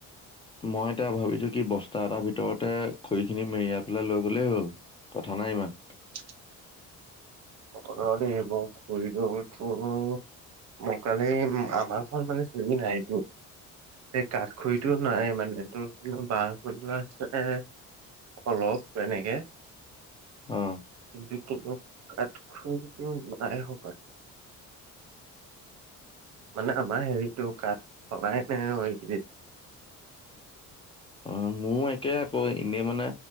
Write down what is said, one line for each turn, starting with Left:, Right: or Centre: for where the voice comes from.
Left: মই এতিয়া ভাবিছো কি বস্তা এটাৰ ভিতৰতে খৰি খিনি মেৰিয়াই পেলাই লৈ গ'লেই হ'ল কথা নাই ইমান
Right: <unintelligible> অ এব খই ৰ তো । মই কালি আমাৰ ঘৰত মানে খৰি নাইটো, । এই কাঠ খৰিটো নাই মানে তো বাহ খৰিটো আছে, । অলপ এনেকে
Left: অ
Right: কিন্তু কে। খৰিটো ইমানে শকত। মানে আমাৰ হেৰিটো কাঠ ফলা নাই এইকেইদিন। <unintelligible>
Left: অ মোৰ একে আকৌ এনেই মানে